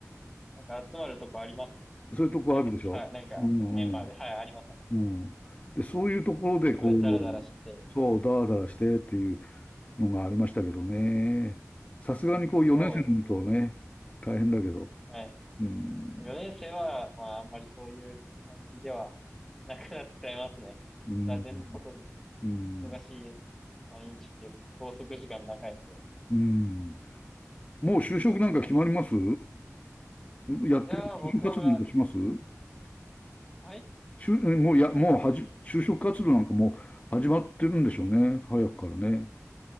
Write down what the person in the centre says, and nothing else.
なんか集まるとこありますよ。
メン、さ、なんかメンバーで、はい、あります、あります。
そういうとこでダラダラして。
そうそう。
はい。
4年生は、まあ、あんまりそういう感じではなくなっちゃいますね。
残念なことに。
忙しい毎日っていうか、拘束時間長いんで。
いやー、僕は、
はい、